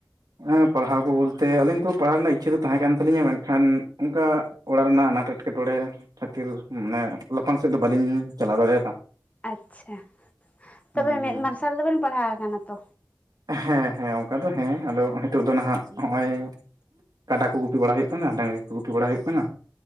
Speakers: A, on the right; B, on the left.
A: ᱦᱮᱸ ᱯᱟᱲᱦᱟᱣ ᱠᱚ ᱵᱚᱞᱛᱮ ᱟᱞᱤᱧ ᱫᱚ ᱯᱟᱲᱦᱟᱣ ᱨᱮᱱᱟᱜ ᱤᱪᱪᱷᱟᱹ ᱫᱚ ᱛᱟᱦᱮᱸ ᱠᱟᱱ ᱛᱟᱹᱞᱤᱧᱟ ᱢᱮᱱᱠᱷᱟᱱ ᱚᱱᱠᱟ ᱚᱲᱟᱜ ᱨᱮᱱᱟᱜ ᱟᱱᱟᱴ ᱮᱴᱠᱮᱴᱚᱬᱮ ᱠᱷᱟᱹᱛᱤᱨ ᱢᱟᱱᱮ ᱞᱟᱯᱷᱟᱝ ᱥᱮᱫ ᱫᱚ ᱵᱟᱹᱞᱤᱧ ᱪᱟᱞᱟᱣ ᱫᱟᱲᱮᱭᱟᱫᱟ
B: ᱟᱪᱪᱷᱟ ᱛᱚᱵᱮ
A: ᱦᱩᱸ
B: ᱢᱮᱫ ᱢᱟᱨᱥᱟᱞ ᱫᱚᱵᱮᱱ ᱯᱟᱲᱦᱟᱣ ᱟᱠᱟᱱᱟ ᱛᱚ?
A: ᱦᱮᱸ ᱦᱮᱸ ᱚᱱᱠᱟ ᱫᱚ ᱦᱮᱸ ᱟᱫᱚ ᱦᱤᱛᱚᱜ ᱫᱚ ᱱᱟᱦᱟᱜ ᱱᱚᱜᱼᱚᱭ ᱠᱟᱰᱟ ᱠᱚ ᱜᱩᱯᱤ ᱵᱟᱲᱟ ᱦᱩᱭᱩᱜ ᱠᱟᱱᱟ ᱰᱟᱹᱝᱨᱤ ᱠᱚ ᱜᱩᱯᱤ ᱵᱟᱲᱟ ᱦᱩᱭᱩᱜ ᱠᱟᱱᱟ᱾